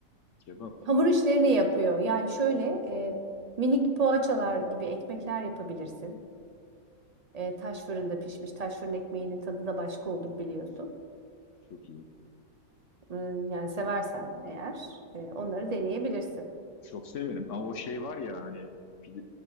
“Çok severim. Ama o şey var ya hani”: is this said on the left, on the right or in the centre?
Left